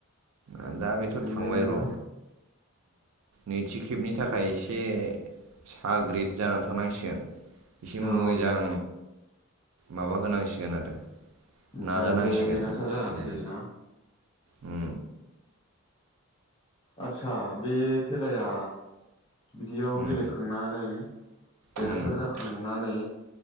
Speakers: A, on the right; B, on the left.
A: आं दा बे थ
B: जोंबायमोन
A: थांबाय र
B: ना
A: नैथि खेबनि थाखाय एसे साग्रिद जानानै थानांसिगोन एसे मोजां
B: औ
A: माबा होनांसिगोन आरो
B: आथसा
A: नाजानांसिगोन
B: दे देरहासार जानानै
A: उम
B: फैयो ना।
A: उम
B: आथसा बे खेलाया बिदियाव
A: उम
B: गेलेखांनानै देरहासार
A: उम
B: जाखांनानै